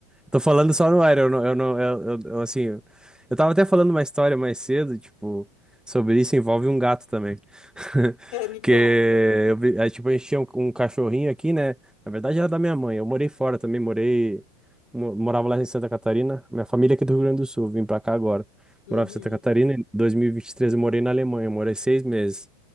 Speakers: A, in the centre; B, on the left.
A: Tô falando só no ar, eu não, eu não, eu, eu- eu, assim, eu, eu tava até falando uma história mais cedo, tipo, sobre isso, envolve um gato também. <laughs>
B: Ah, me
A: Que
B: conta.
A: eu vi, aí, tipo, a gente tinha um, um cachorrinho aqui, né? Na verdade era da minha mãe, eu morei fora também, morei, mo- morava lá em Santa Catarina, minha família é aqui do Rio Grande do Sul, vim pra cá agora.
B: Uhum,
A: Morava em Santa Catarina, em 2023 eu morei na Alemanha, morei seis meses.